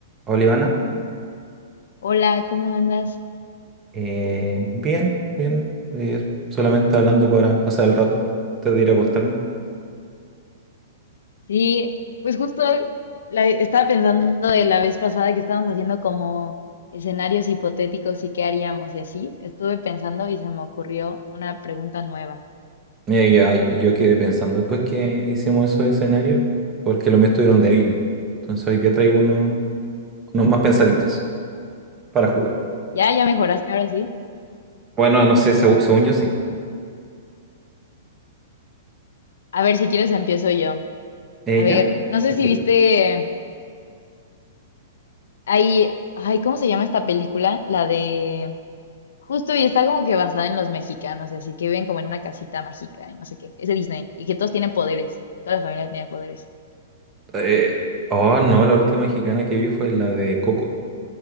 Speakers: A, on the right (about 15°); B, on the left (about 80°).
A: Hola Ivana,
B: Hola, ¿cómo andas?
A: Eh, bien, bien, eh, solamente hablando para pasar el rato, antes de ir a acostarme.
B: Sí, pues justo la- estaba pensando de la vez pasada que estábamos haciendo como escenarios hipotéticos y qué haríamos y así. Estuve pensando y se me ocurrió una pregunta nueva.
A: Mira, y ay, yo quedé pensando después que hicimos esos escenarios, porque los míos estuvieron débiles. Entonces hoy día traigo unos, unos más pensaditos para jugar.
B: Ya, ya mejoraste ahora sí.
A: Bueno, no sé, segu- según yo sí.
B: A ver, si quieres empiezo yo.
A: ¿Ella?
B: A ver, no sé
A: Te escucho.
B: si viste ahí, ay, ¿cómo se llama esta película? La de justo y está como que basada en los mexicanos y así que viven como en una casita mágica y no sé qué. Es de Disney y que todos tienen poderes. Toda la familia tiene poderes.
A: Eh, oh, no, la última mexicana que vi fue la de Coco.